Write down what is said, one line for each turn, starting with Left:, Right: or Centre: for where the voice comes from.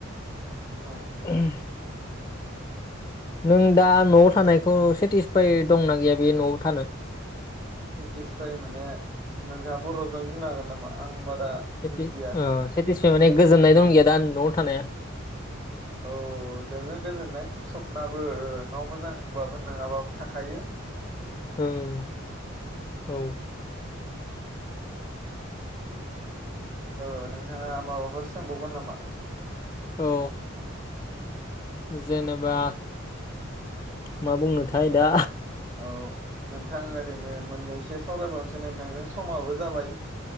Left: <inaudible>
Right: औ
Left: नों दा न'आव थानायखौ सेटिसफाइ दंना गैया बे न'आव थानो?
Right: सेथिसफाइ माने नोंथाङा बर'जों बुंनो हागोन नामा आं बारा रा
Left: सेटि
Right: बुजिया
Left: ओ सेटिसफाइ माने गोजोननाय दं गैया दा न'आव थानाया
Right: औ दोङो गोजोननाय सपनाबो न' मोजांबाबो नङाबाबो थाखायो।
Left: औ औ
Right: औ नोंथाङा माबाफोर सोंबावगोन नामा?
Left: औ जेनेबा मा बुंनोथाय दा?
Right: औ नोंथां ओरैनो मोननैसो सावरायबावनोसै नोंथांजों समाबो जाबाय।